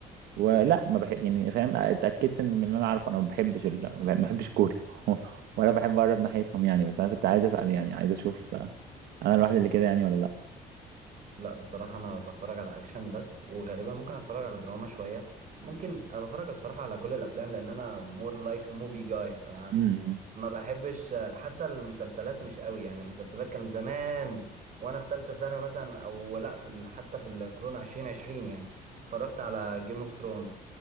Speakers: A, on the right; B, on the right.
A: ولا ما بحب يعني فاهم اتاكدت ان من اللي انا عارفه انا ما بحبش ال... ما بح- ما بحبش الكوري <laughs> ولا بحب اقرب ناحيتهم يعني بس انا كنت عايز اسال يعني عايز اشوف آه، انا الواحد اللي كده يعني ولا
B: لا بصراحة أنا بتفرج على أكشن بس وغالبا ممكن أتفرج على دراما شوية ممكن أنا بتفرج بصراحة على كل الأفلام لأن أنا more like movie guy فما
A: لا
B: بحبش حتى المسلسلات مش قوي يعني المسلسلات كان زمان وأنا في تالتة سنة مثلا أو لأ في ال... حتى في الكورونا عشرين عشرين يعني اتفرجت على جيم اوف ثرونز